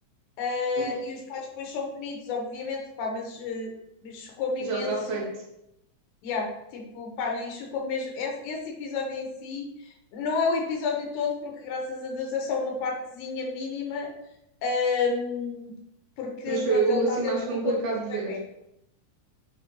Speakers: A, on the left; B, on the right.
A: eh,
B: Ei,
A: e os pais depois são punidos, obviamente, pá, mas eh, chocou-me
B: já
A: imenso
B: está feito.
A: Yeah, tipo, pá, isto como mesmo. Esse, esse episódio em si não é o episódio todo, porque graças a Deus é só uma partezinha mínima, ahm, porque
B: Mas foi
A: pronto,
B: o
A: ele
B: assim
A: está
B: mais
A: dentro
B: complicado
A: do corpo do
B: de
A: bebê.
B: ver.